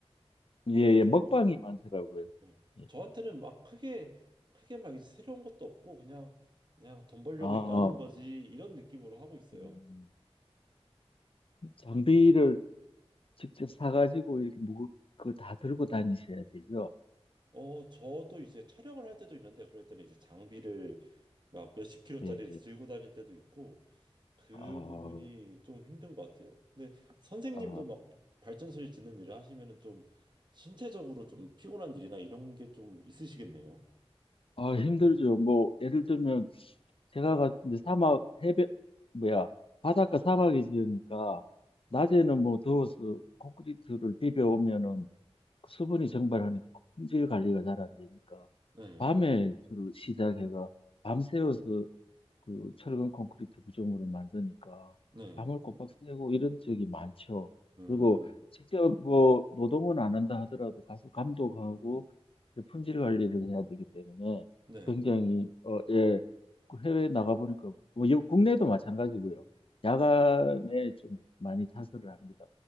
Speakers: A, on the left (about 55°); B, on the right (about 45°).
A: 예,
B: 그래가지고
A: 예, 먹방이 많더라고요.
B: 예.
A: 예.
B: 저한테는 막 크게 크게 막 이제 새로운 것도 없고 그냥 그냥 돈 벌려고
A: 아, 아.
B: 일하는 거지 이런 느낌으로 하고 있어요.
A: 음, 장비를 직접 사가지고 이렇게 무거, 그다 들고 다니셔야 되죠.
B: 어, 저도 이제 촬영을 할 때도 있는데 그럴 때는 이제 장비를 막 몇십 킬로짜리를
A: 네,
B: 들고 다닐 때도 있고 그
A: 아,
B: 부분이 좀 힘든 것 같아요. 근데 선생님도
A: 아,
B: 막 발전소를 짓는 일을 하시면은 좀 신체적으로 좀 피곤한 일이나 이런 게 좀 있으시겠네요.
A: 아, 힘들죠. 뭐, 예를 들면, 제가 갔는데 사막, 해변, 뭐야, 바닷가 사막이 지으니까, 낮에는 뭐 더워서 콘크리트를 비벼오면은 수분이 정발하니까 품질 관리가 잘 안 되니까,
B: 네,
A: 밤에 주로 시작해가, 밤새워서 그 철근 콘크리트 구조물을 만드니까
B: 네,
A: 밤을 꼬박 새고 이런 적이 많죠.
B: 음,
A: 그리고 직접 뭐 노동은 안 한다 하더라도 가서 감독하고 이제 품질 관리를 해야 되기 때문에
B: 네,
A: 굉장히 어, 예, 그 해외에 나가보니까 뭐 여- 국내도 마찬가지고요. 야간에 좀 많이 타설을 합니다.